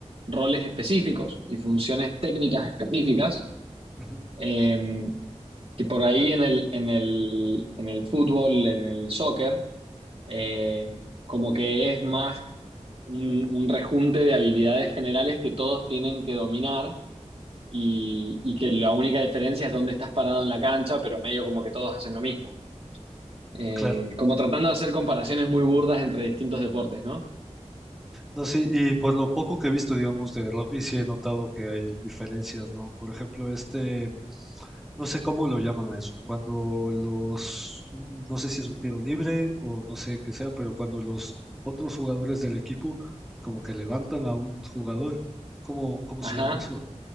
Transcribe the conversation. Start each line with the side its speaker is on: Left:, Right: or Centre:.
Right: roles específicos y funciones técnicas específicas.
Centre: Ujú,
Right: eh, que por ahí en el, en el, en el fútbol, en el soccer, eh, como que es más un, un rejunte de habilidades generales que todos tienen que dominar y, y que la única diferencia es dónde estás parado en la cancha, pero medio como que todos hacen lo mismo. Eh,
Centre: Claro.
Right: como tratando de hacer comparaciones muy burdas entre distintos deportes, ¿no?
Centre: No, sí, y por lo poco que he visto, digamos, de rugby, sí he notado que hay diferencias, ¿no? Por ejemplo, este, no sé cómo lo llaman a eso, cuando los, no sé si es un tiro libre o no sé qué sea, pero cuando los otros jugadores del equipo como que levantan a un jugador, ¿cómo, cómo
Right: Ajá.
Centre: se llama eso?